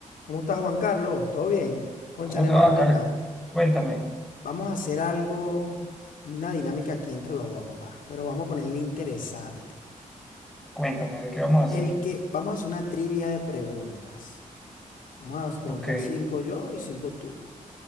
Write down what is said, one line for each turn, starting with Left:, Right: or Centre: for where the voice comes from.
Left: ¿Cómo estás, Juan Carlos? ¿Todo bien? Cónchale,
Centre: ¿Cómo te
Left: mano,
Centre: va,
Left: mira,
Centre: Car? Cuéntame,
Left: vamos a hacer algo, una dinámica aquí entre los dos, papá, pero vamos a ponerle interesante.
Centre: cuéntame, ¿de qué vamos a hacer?
Left: El que, vamos a hacer una trivia de preguntas. Vamos a preguntar
Centre: Ok,
Left: cinco yo y cinco tú.